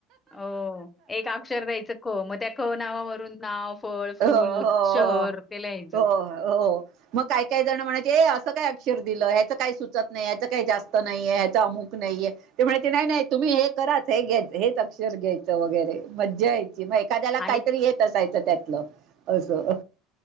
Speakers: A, on the left; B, on the right.
A: अ एक अक्षर द्यायचं क मग त्या क नावावरून नाव फळ फूल
B: हो हो
A: शहर
B: हो
A: ते लिहायचं.
B: हो हो. मग काही काही जण म्हणायचे असं काय अक्षर दिलं ह्याच काही सुचत नाही ह्याच काही जास्त नाहीये ह्याच अमुक नाहीये. ते म्हणायचे नाही नाही तुम्ही हे करा हे घ्यायं हेच अक्षर घ्यायचं वगैरे मजा यायची माहि का त्याला
A: आणि
B: काहीतरी येत असायचं त्यातलं असं